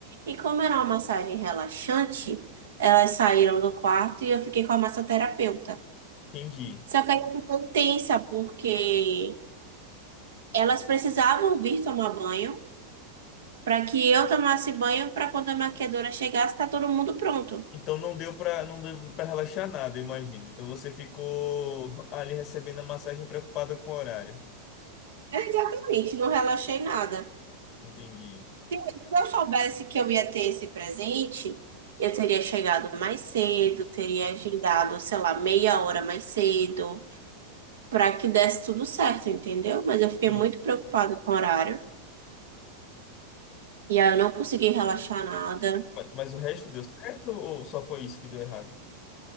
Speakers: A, on the right (about 60°); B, on the left (about 35°).
A: E como era uma massagem relaxante, elas saíram do quarto e eu fiquei com a massoterapeuta.
B: entendi.
A: Só que aí eu fiquei tensa, porque elas precisavam vir tomar banho para que eu tomasse banho para quando a maquiadora chegasse, tá todo mundo pronto.
B: Então não deu pra não deu para relaxar nada, imagina. Então você ficou ali recebendo a massagem preocupada com o horário.
A: É, Exatamente, não relaxei nada.
B: Entendi.
A: Se eu soubesse que eu ia ter esse presente, eu teria chegado mais cedo, teria agendado, sei lá, meia hora mais cedo, para que desse tudo certo, entendeu? Mas eu fiquei
B: Sim.
A: muito preocupada com o horário e aí eu não consegui relaxar nada.
B: Mas, mas o resto deu certo ou só foi isso que deu errado?